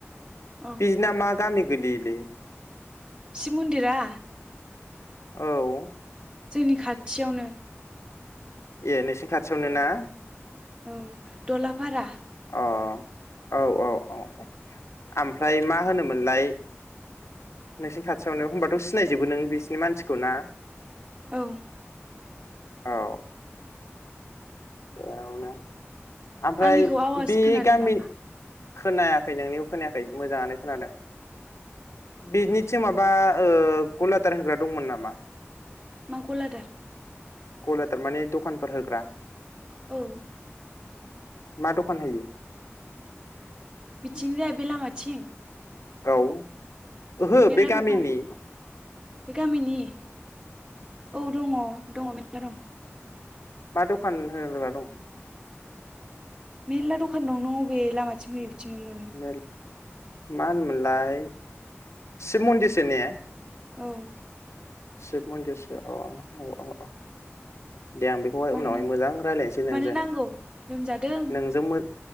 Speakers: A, on the right; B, on the left.
A: औ
B: पिजना मा गामि गोलैयोलै?
A: शिब मुन्दिरा?
B: औ
A: जोंनि खाथियावनो।
B: ए नोंसिनि खाथियावनो ना?
A: औ दलाफारा।
B: अ औ औ औ औ ओमफ्राय मा होनोमोनलाय नोंसिनि खाथियावनो होनबाथ' सिनायजोबो नों बिसिनि मानसिखौ ना?
A: औ
B: औ <unintelligible> ओमफ्राय
A: आंनिखौ आवाज
B: बे
A: खोनादों
B: गामि
A: नामा
B: खोनायाखै नोंनिखौ खोनायाखै? मोजाङानो खोनादों। बिनिसो माबा ओ गलादार होग्रा दंमोन नामा?
A: मा गलादार?
B: गलादार माने दखानफोर होग्रा?
A: औ
B: मा दखान होयो?
A: बिथिं जाय बे लामाथिं?
B: औ ओहो
A: मेरला
B: बेगामिनि?
A: दखान बे गामनि? औ दङ। दङो मेरला दं।
B: मा दखान होग्रा दं?
A: मेरला दखान दं नो अबे लामाथिं फैयो बिथिंनो मोनो
B: मेल मा होनोमोनलाय? सिब मन्दिर सो ने?
A: औ
B: शिब मन्दिरसो अ अ अ अ। दे आं बेखौहाय
A: मानो
B: उनावहाय
A: नां
B: मोजां रायज्लायनोसै
A: मानो नांगौ
B: नोंजों
A: लोमजादों
B: नोंजों मो